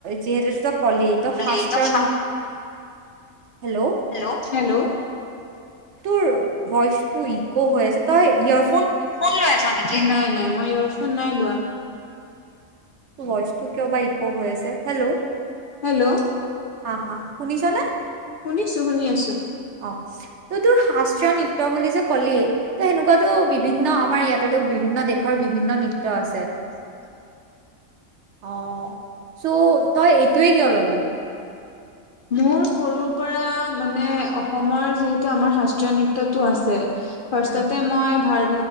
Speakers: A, on the right; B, on the left.
A: যিহেতু তই কলি ত শাস্ত্ৰ
B: এইটো
A: হেল্ল'
B: হেল্ল' হেল্ল'
A: তোৰ ভইচটো ইকো হৈ আছে তই ইয়ৰ
B: ফোন লৈ আছনেকি, নাই নাই মই ইয়ৰফোন নাই লোৱা।
A: ভইচটো কিয় বা ইকো হৈ আছে হেল্ল'।
B: হেল্ল'
A: হা হা শুনিছনে?
B: শুনিছো শুনি আছো।
A: অ ত তোৰ শ নৃত্য বুলি যে কলি সেনেকুৱাতো বিভিন্ন আমাৰ ইয়াতেতো বিভিন্ন দেশ বিভিন্ন নৃত্য আছে অ চ' তই এইটোৱে কিয় ল'লি।
B: মোৰ সৰুৰ পৰা মানে অসমৰ যিহেতু আমাৰ শাস্ত্ৰীয় নৃত্যতটো আছে। ফাৰ্ষ্টতে
A: উম
B: মই ভাৰ